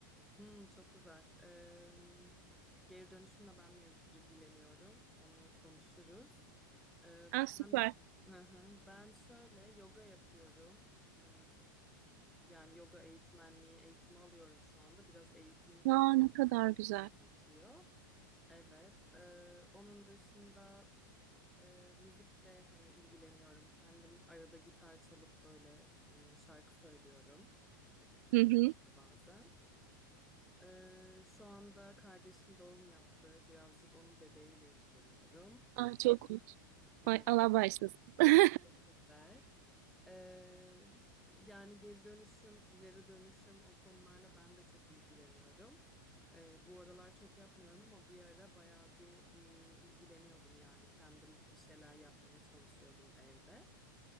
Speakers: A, in the centre; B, on the right.
A: Hmm, çok güzel. Ee, geri dönüşümle ben de il- ilgileniyorum. Onu konuşuruz. Ee,
B: Ah süper.
A: ben Hı hı. ben şöyle yoga yapıyorum. Ee, yani yoga eğitmenliği eğitimi alıyorum şu anda. Biraz eğitim
B: Aa, ne kadar
A: süreciyle
B: güzel.
A: geçiyor. Evet. ee, onun dışında e, müzikle hani ilgileniyorum. Kendim arada gitar çalıp böyle e, şarkı söylüyorum
B: Hı
A: e, evde
B: hı.
A: bazen. E, şu anda kardeşim doğum yaptı. Birazcık onun bebeğiyle ilgileniyorum.
B: Ah çok hoş.
A: <laughs> Evet,
B: Ay Allah bağışlasın. <laughs>
A: teşekkürler. E, yani geri dönüşüm, ileri dönüşüm o konularla ben de çok ilgileniyorum. E, bu aralar çok yapmıyorum ama bir ara bayağı bir e, ilgileniyordum yani kendim bir şeyler yapmaya çalışıyordum evde.